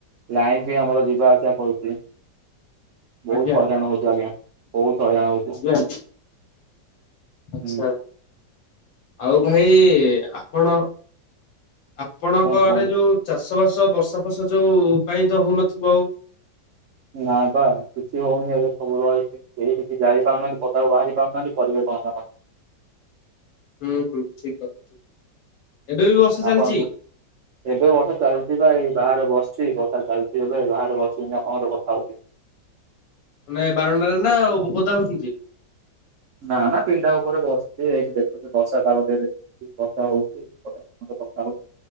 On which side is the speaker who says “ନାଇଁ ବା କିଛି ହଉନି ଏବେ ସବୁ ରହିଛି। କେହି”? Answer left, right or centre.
Right